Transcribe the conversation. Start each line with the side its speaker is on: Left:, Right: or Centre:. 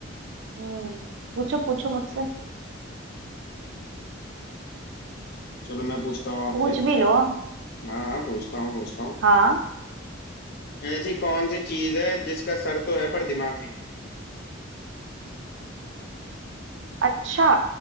Right: हम्म पूछो पूछो मुझसे
Left: चलो मैं पूछता हूँ आपसे
Right: पूछ भी लो
Left: हाँ हाँ पूछता हूँ पूछता हूँ
Right: हाँ
Left: ऐसी कौन सी चीज है जिसका सर तो है पर दिमाग नहीं
Right: अच्छा